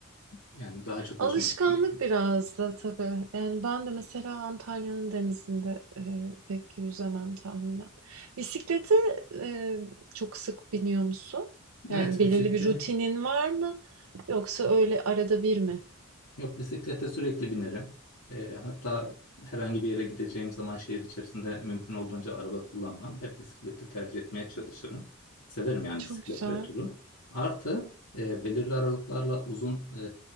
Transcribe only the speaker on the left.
Yani daha çok
hoşuma gitmişti.
Evet,
bisiklet.
Yok bisiklete sürekli binerim. Ee, hatta herhangi bir yere gideceğim zaman şehir içerisinde mümkün olduğunca araba kullanmam. Hep bisikleti tercih etmeye çalışırım. Severim yani
bisikletle
turu. Artı e, belirli aralıklarla uzun e,